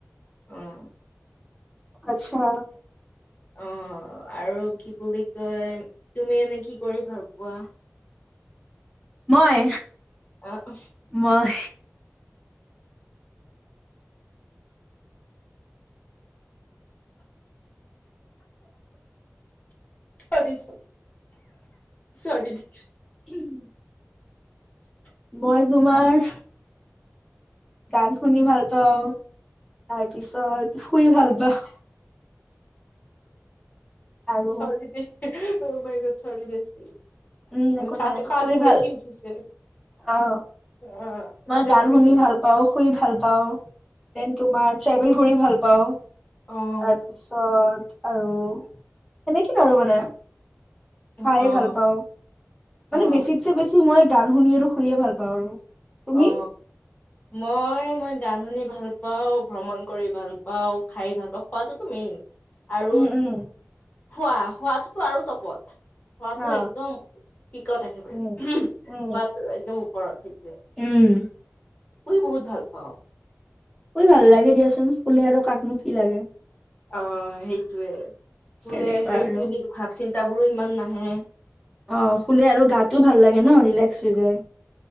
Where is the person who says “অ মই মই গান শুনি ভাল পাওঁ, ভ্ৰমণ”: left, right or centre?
Left